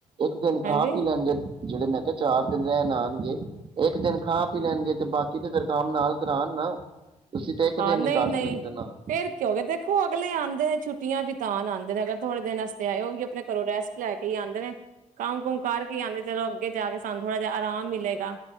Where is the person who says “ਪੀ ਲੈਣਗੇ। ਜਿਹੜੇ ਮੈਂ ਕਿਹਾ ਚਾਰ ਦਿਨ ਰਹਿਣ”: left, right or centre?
Right